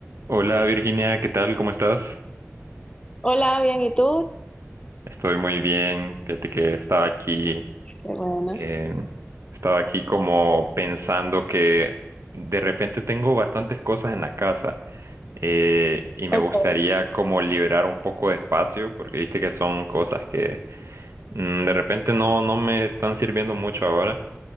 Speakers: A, on the right; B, on the left.
A: Hola Virginia, ¿qué tal? ¿Cómo estás?
B: Hola, bien, ¿y tú?
A: Estoy muy bien. Fíjate que estaba aquí,
B: Qué bueno.
A: eh, estaba aquí como pensando que de repente tengo bastantes cosas en la casa eh, y me
B: Ok,
A: gustaría como liberar un poco de espacio porque viste que son cosas que Mm, De repente no, no me están sirviendo mucho ahora.